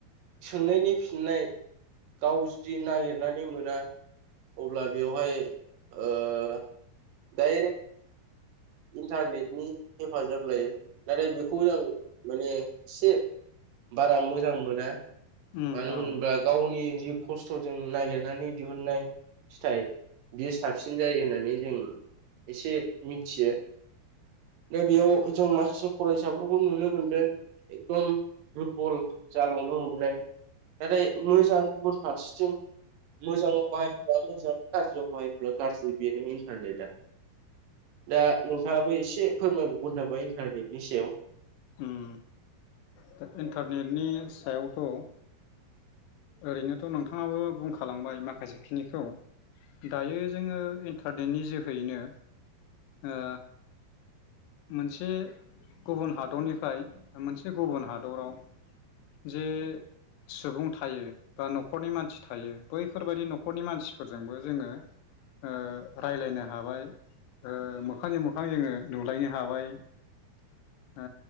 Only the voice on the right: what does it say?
सोंनायनि फिननाय गाव जुदि नागिरनानै मोना अब्ला बेवहाय ओ डाइरेक्ट इन्थारनेटनि हेफाजाब लायो नाथाय बेखौ जों माने एसे बारा मोजां मोना।
मानो होनोब्ला
गावनि जि खस्थ'जों नागेरनानै दिहुननाय फिथाइ बियो साबसिन जायो होननानै जों एसे मिथियो । दा बेयाव जों माखासे फरायसाफोरखौ नुनो मोनदों एकदम दुरबल जालांनो हमनाय । नाथाय मोजां गुबुन फारसेथिं मोजां बाहाय बा मोजां, गाज्रियाव बाहायोब्ला गाज्रि बेनो इन्थारनेटआ। दा नोंथाङाबो एसे फोरमायबावगोन नामा इन्थारनेटनि सायाव?